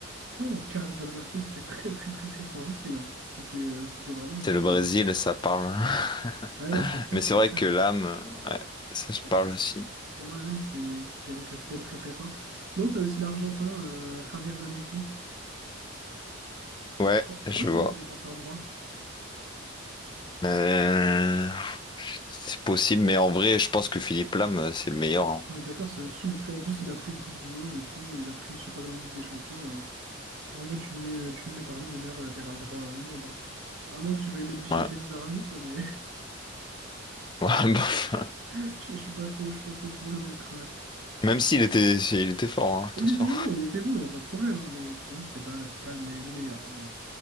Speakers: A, on the right; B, on the left.
A: Oh, Carlos Alberto, c'était très très très très fort aussi. hein. C'était euh, c'était vraiment du
B: C'est
A: solide.
B: le Brésil,
A: hein.
B: ça parle. <laughs>
A: Ah non, c'est clair,
B: Mais c'est
A: c'est
B: vrai
A: clair.
B: que l'âme, ouais, ça je
A: Pour,
B: parle aussi.
A: pour moi, l'homme, c'est c'est quand même, c'est quand même très très fort. Sinon, tu as aussi l'Argentin, euh, Javier Zanetti.
B: Ouais,
A: Je crois, je
B: je
A: crois qu'il
B: vois.
A: était défenseur droit.
B: Euh, c'est possible, mais en vrai, je pense que Philippe Lam, euh, c'est le meilleur. hein.
A: On est d'accord, c'est au-dessus. Puis en plus, il a pris une Coupe du Monde et tout. Il a pris, je sais pas combien de Ligue des Champions. euh. pour moi, tu le mets, tu le mets parmi les meilleurs latérales droits au monde. hein. À moins que tu veuilles mettre Vicente
B: Ouais.
A: Lizarazu, quoi, mais
B: Ouais, <laughs> bof.
A: <laughs> je, je suis pas trop, je suis pas trop pour le mettre.
B: Même s'il était, il était fort, hein, attention.
A: Il était bon, il était bon, il n'y a pas de problème, hein, mais pour moi, c'était pas, c'était pas le, me- le meilleur. hein.